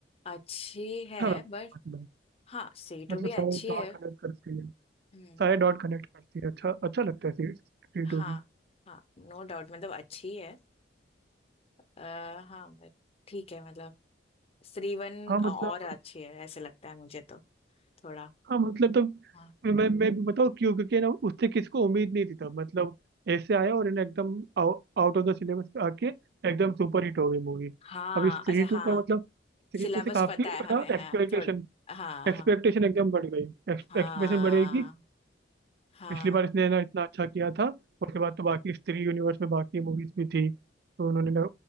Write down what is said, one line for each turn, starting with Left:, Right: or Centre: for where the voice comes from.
Left: अच्छी
Right: अच्छा
Left: है
Right: था मतलब
Left: बट हाँ स्त्री
Right: मतलब
Left: टू भी
Right: सारे
Left: अच्छी
Right: डॉट
Left: है
Right: कनेक्ट करती है
Left: हम्म
Right: सारे डॉट कनेक्ट करती है अच्छा अच्छा लगता है स्त्री
Left: हाँ
Right: टू भी
Left: हाँ नो डाउट मतलब अच्छी है आ, हाँ but ठीक है मतलब स्त्री वन
Right: हाँ मतलब
Left: और अच्छी है ऐसे लगता है मुझे तो थोड़ा
Right: हाँ मतलब तो
Left: हाँ
Right: मैं मैं भी बताऊँ क्यों क्योंकि ना उससे किसको उम्मीद नहीं थी तब मतलब ऐसे आया और है ना एकदम आउट ऑफ द सिलेबस आके एकदम सुपर हिट हो गई मूवी
Left: हाँ
Right: अब इस थ्री
Left: अच्छा हाँ
Right: टू का मतलब थ्री
Left: सिलेबस
Right: टू से काफी
Left: पता है हमें
Right: ना एक्सपेक्टेशन
Left: हाँ थोड़ा हाँ
Right: एक्सपेक्टेशन
Left: हाँ
Right: एकदम बढ़ गई एक्सपेक्टेशन
Left: हाँ
Right: बढ़ेगी
Left: हाँ
Right: पिछली बार इसने ना इतना अच्छा किया था उसके बाद तो बाकी स्त्री यूनिवर्स में बाकी मूवीज भी थी तो उन्होंने ना